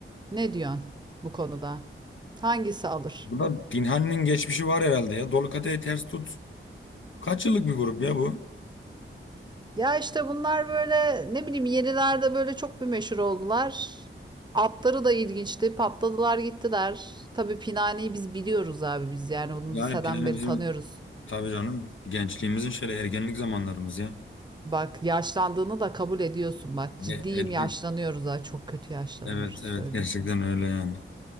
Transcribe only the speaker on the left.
Bu da Pinhani'nin geçmişi var herhalde ya. Dolu kadehi ters tut. Kaç yıllık bir grup ya bu?
Yani
Pinhane
bizim
tabii canım gençliğimizin şöyle ergenlik zamanlarımız ya.
E- ettik.
Evet
evet gerçekten
öyle yani.